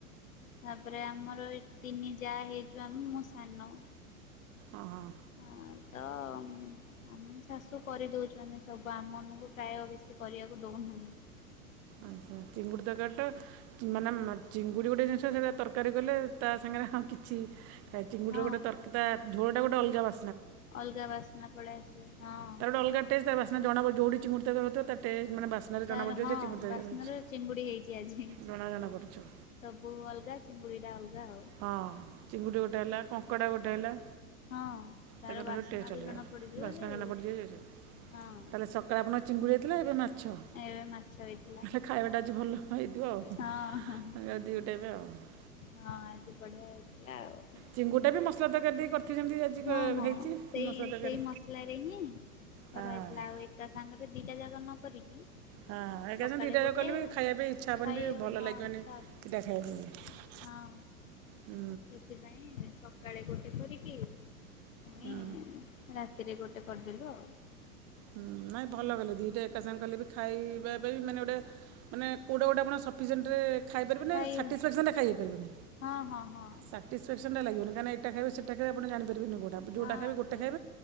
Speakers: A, on the left; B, on the right.
A: ତାପରେ ଆମର ଆମର ତିନି ଯାହା ହେଇଛୁ ଆମେ ମୋ ସାନ
B: ଓ ହଁ।
A: ହଁ। ତ ଆମ ଶାଶୁ କରିଦଉଛନ୍ତି ସବୁ ଆମକୁ ପ୍ରାୟ ବେଶୀ କରିବାକୁ ଦଉଛ ହୁହ
B: ଆଛା ଚିଙ୍ଗୁଡି ଦରକାରଟା ମାନେ ଚିଙ୍ଗୁଡି ଗୋଟେ ଜ ସେଟା ତରକାରୀ କଲେ, ତା ସାଙ୍ଗରେ ଆଉ କିଛି ଚିଙ୍ଗୁଡ଼ିରେ
A: ହଁ
B: ଗୋଟେର ତା ଝୋଳଟା ଗୋଟେ ଅଲଗା ବା
A: ଅଲଗା ବାସ୍ନା ପଳେଇ ଆସିବ ହଁ।
B: ଡୋଲଗା ଟେ <unintelligible> ଜଣାରୁ ଯୋଉଠି ଚିଙ୍ଗୁଡ଼ି ତରକାରୀ ହେଉଥିବ, ତା ଟେ ମାନ ବାସ୍ନାରେ
A: ତାର
B: ଜଣାପ ଯିବ ଯେ
A: ହଁ
B: ଚିଙ୍ଗୁଡ଼ି ତରକାରୀ
A: ବାସ୍ନରେ
B: ହେଉଛି
A: ଚିଙ୍ଗୁଡି ହେଇଛି ଆଜି,
B: ଜଣା ଜଣାପଡ଼ିଯିବ
A: ସବୁ ଅଲଗା ଚିଙ୍ଗୁଡି ଟା ଅଲଗା ଆଉ
B: ହଁ ଚିଙ୍ଗୁଡି ଗୋଟେ ହେଲା, କଙ୍କଡା ଗୋଟେ ହେଲା
A: ହଁ, ତାର
B: ତାଙ୍କର
A: ବାସ୍ନାାରୁ
B: ସବୁ ଟେଷ୍ଟ ଅଲଗା
A: ଜଣା ପଡିଯିବ
B: ବାସ୍ନା
A: ଯେ
B: ଜଣାପଡ଼ିଯିବ ଯେ
A: ହଁ
B: ତାହେଲେ, ସକାଳେ ଆପଣ ଚିଙ୍ଗୁଡି ଦେଇଥିଲେ ଏବେ ଛଲେ
A: ଏବେ ମାଛ ହେଇଥିଲା
B: <unintelligible> ଖାଇବାଟା ଆଜି ଭଲ ହେଇଥିବ ଆଉ,
A: ହଁ ହଁ
B: ଦି ଗଟେବେ ଆଉ <unintelligible>
A: ହଁ ଆଜି ବଢିଆ ହେଇଥିଲା, ଆଉ
B: ଚିଙ୍ଗୁଟା ବି ମସଲା ତରକାରୀ ଦେଇ କରିଥିବି ଯେମିତି ଆଜି
A: ହଁ, ହଁ,
B: ହେଇଛି
A: ସେଇ
B: ମସଲା ତରକାରୀ।
A: ସେଇ ମସଲା ରେ ହିଁ କରାହେଇଥିଲା
B: ହଁ
A: ଆଉ ଏକା ସାଙ୍ଗରେ ଦିଟା ଜାଗା ନ କରିକି
B: ହଁ ଏକାଛନ୍ତି
A: ସକାଳେ
B: ଦିଇଟା
A: ଗୋଟେ
B: ଯ କଲେ ବି ଖାଇବା ପାଇଁ ଇଚ୍ଛା ହବନି,
A: ଖାଇ ଆଉ
B: ଭଲ
A: ହଁ
B: ଲାଗିବାନି
A: ଇଚ୍ଛା
B: ଇଟା
A: ହବ
B: ଖାଇବାକୁ ବି
A: ହଁ,
B: ହୁଁ
A: ସେଥିପାଇଁ ସକାଳେ ଗୋଟେ କରିକି ପୁଣି
B: ହୁଁ
A: ରାତିରେ ଗୋଟେ କରିଦେଲୁ, ଆଉ
B: ହୁଁ, ନାଇଁ ଭଲ ଗଲେ ଦିଟା ଏକା ସାଙ୍ଗେ କଲେ ବି ଖାଇବା ମାନେ ଗୋଟେ ମାନେ କଉଁଟା ଗୋଟେ ଆପଣ ସଫିସିଏଣ୍ଟରେ ଖାଇପାରିବେନି,
A: ଖାଇ
B: ସାଟିସ୍ଫାକ୍ସନ୍ଟା ଖାଇପାରିବନି,
A: ହଁ ହଁ ହଁ
B: ସାଟିସ୍ଫକ୍ସନନ୍ଟ ଲାଗିବନ କହିଁକି ଏଇଟ ଖାଇବ ସେ ସୋଇବେ ଆଣାଣିପାରିବେନି କେଁଟା ଯେଉଁଟା
A: ହଁ
B: ଖାଇବେ ଗଟ
A: ସେ
B: ଖାଇ